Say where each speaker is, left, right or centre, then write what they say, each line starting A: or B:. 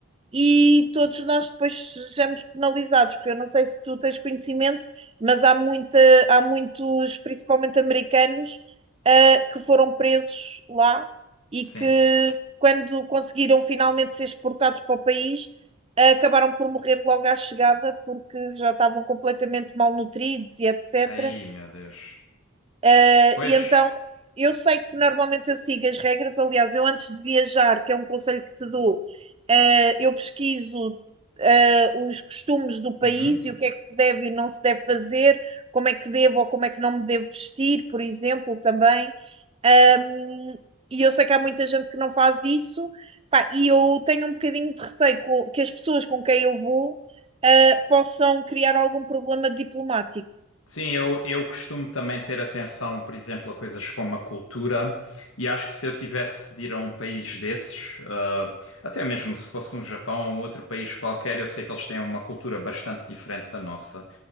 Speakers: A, on the right (about 25°); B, on the left (about 70°).
A: e todos nós depois sejamos penalizados, porque eu não sei se tu tens conhecimento, mas há, muita, há muitos, principalmente americanos, ah, que foram presos lá e
B: sim.
A: que, quando conseguiram finalmente ser exportados para o país, ah, acabaram por morrer logo à chegada, porque já estavam completamente malnutridos e etc.
B: Aí, meu Deus.
A: Uh,
B: Pois.
A: e então eu sei que normalmente eu sigo as regras. Aliás, eu antes de viajar, que é um conselho que te dou, uh, eu pesquiso uh, os costumes do país
B: uhum.
A: e o que é que se deve e não se deve fazer, como é que devo ou como é que não me devo vestir, por exemplo, também. Um, e eu sei que há muita gente que não faz isso, Pá, e eu tenho um bocadinho de receio co- que as pessoas com quem eu vou uh, possam criar algum problema diplomático.
B: Sim, eu, eu costumo também ter atenção, por exemplo, a coisas como a cultura, e acho que se eu tivesse de ir a um país desses, ah, até mesmo se fosse um Japão ou outro país qualquer, eu sei que eles têm uma cultura bastante diferente da nossa.